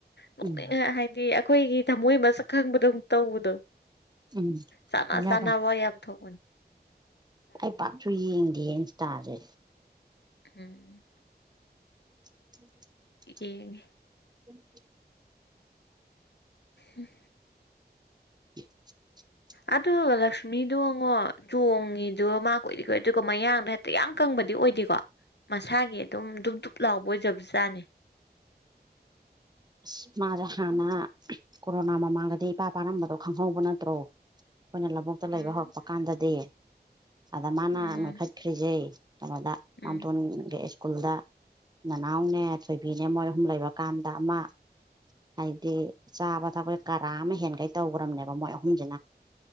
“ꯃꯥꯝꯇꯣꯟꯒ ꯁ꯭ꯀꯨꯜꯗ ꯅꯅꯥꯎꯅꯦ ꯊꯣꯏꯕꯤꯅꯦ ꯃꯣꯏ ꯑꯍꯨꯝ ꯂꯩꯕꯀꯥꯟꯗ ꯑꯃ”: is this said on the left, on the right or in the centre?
Right